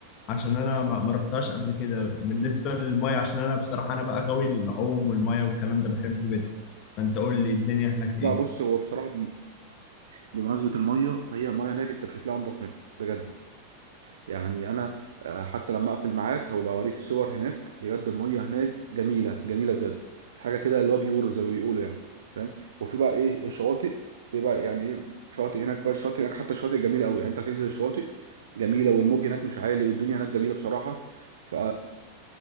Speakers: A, on the left; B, on the right.
A: عشان انا ما ما رحتهاش قبل كده بالنسبة للمية عشان انا بصراحة انا بقى غاوي العوم والمية والكلام ده بحبه جدا فانت قول لي الدنيا هناك ايه
B: لا بص هو بصراحه بمناسبة المية فهي المية هناك أنت مش هتلاقي أنضف منها بجد يعني أنا آه، حتى لما أقفل معاك هبقى أوريك صور هناك بجد المية هناك جميلة جميلة بجد حاجة كده اللي هو بيقولوا زي ما بيقولوا يعني فاهم وفي بقى إيه الشواطئ في بقى يعني إيه شواطئ هناك بقى الشواطئ هناك حتى الشواطئ جميلة أوي يعني أنت هتنزل الشواطئ جميلة والموج هناك مش عالي والدنيا هناك جميلة بصراحة ف